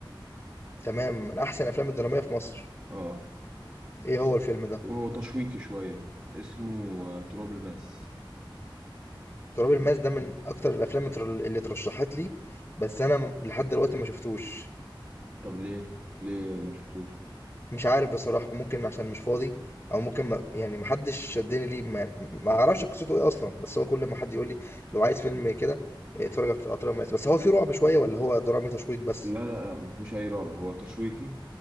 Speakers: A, on the left (about 30°); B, on the right (about 40°).
A: تمام من احسن الافلام الدرامية في مصر
B: اه
A: ايه هو الفيلم ده
B: وهو تشويقي شويه اسمه آه، تراب الماس
A: تراب الماس ده من اكتر الافلام التر- اللي اترشحت لي بس انا م- لحد دلوقتي ما شفتوش
B: طب ليه ليه ما شفتوش
A: مش عارف بصراحة ممكن عشان مش فاضي او ممكن ما يعني محدش شدني ليه ما, ما اعرفش قصته ايه اصلا بس هو كل ما حد يقول لي لو عايز فيلم كده اتفرج على على تراب الماس بس هو في رعب شوية ولا هو درامي تشويق بس
B: لا لا لا ما فيهوش اي رعب هو تشويقي